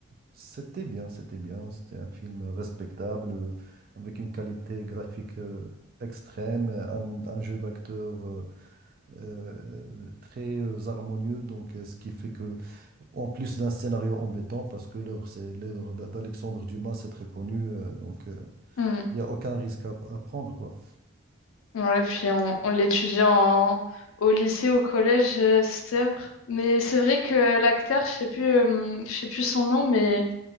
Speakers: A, on the right; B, on the left.
A: c'était bien, c'était bien. C'était un film respectable, euh, avec une qualité graphique euh, extrême, un, un jeu d'acteur euh, euh, très euh, harmonieux, donc euh, ce qui fait que En plus d'un scénario embêtant, parce que l'œuvre, c'est l'œuvre d'A- d'Alexandre Dumas, c'est très connu, euh, donc euh,
B: Mm.
A: il n'y a aucun risque à, à prendre, quoi.
B: Ouais, puis on, on l'étudie en... au lycée, au collège, euh, cette œuvre. Mais c'est vrai que l'acteur, je sais plus, euh, je sais plus son nom, mais